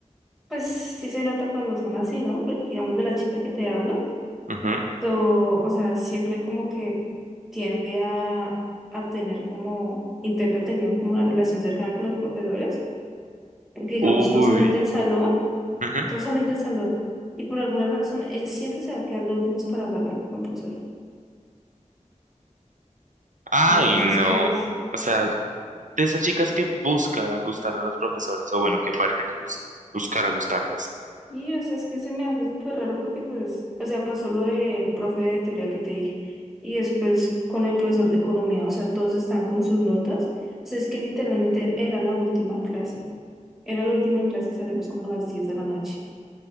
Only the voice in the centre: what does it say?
pues sí se nota cuando son así, ¿no? Porque digamos de la chica que te hablo,
todo, o sea, siempre como que tiende a, a tener como, intenta tener como una relación cercana con los profesores, porque digamos
todos salen del salón.
Todos salen del salón y por alguna razón ella siempre se va a quedar de últimas para hablar al- con el profesor.
Entonces,
pues,
y o sea, es que se me hace súper raro porque, pues, o sea, pasó lo del profe de teoría que te dije y después con el profesor de economía, o sea, todos están con sus notas. O sea, es que literalmente era la última clase, era la última clase y salíamos como a las 10 de la noche.